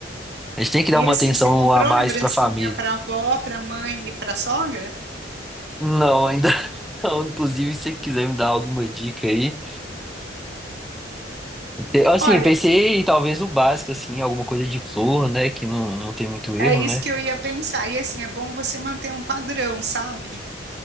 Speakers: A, in the centre; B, on the right.
A: A gente tem que dar
B: E
A: uma
B: assim,
A: atenção
B: você comprou
A: a mais
B: lembrancinha
A: para a família.
B: para avó, para mãe e para sogra?
A: Não, ainda <laughs> não. Inclusive, se você quiser me dar alguma dica aí. Eu, Assim,
B: Olha,
A: eu pensei em talvez o básico, assim, alguma coisa de flor, né? Que não, não tem muito erro,
B: é isso
A: né?
B: que eu ia pensar. E assim, é bom você manter um padrão, sabe?